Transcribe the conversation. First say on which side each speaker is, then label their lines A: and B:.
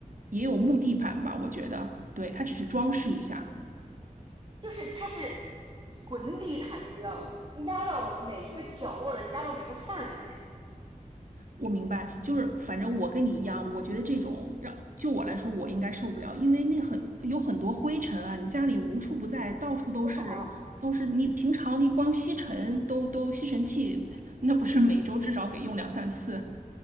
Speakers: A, on the right; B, on the right.
A: 也有木地板吧，我觉得，对，它只是装饰一下。
B: 就是它是滚地毯，你知道吗？压到每一个角落的，压到每个缝儿里面。
A: 我明白，就是反正我跟你一样，我觉得这种让就我来说，我应该受不了，因为那很有很多灰尘啊，你家里无处不在，到处都是，
B: 是的，
A: 都是你平常你光吸尘都都吸尘器，那不是每周至少给用两三次。